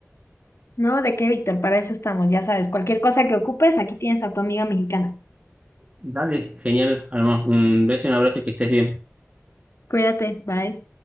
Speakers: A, on the left; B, on the right.
A: No, ¿de qué, Víctor? Para eso estamos, ya sabes. Cualquier cosa que ocupes, aquí tienes a tu amiga mexicana.
B: Dale, genial, Alma, un beso y un abrazo, que estés bien.
A: Cuídate, bye.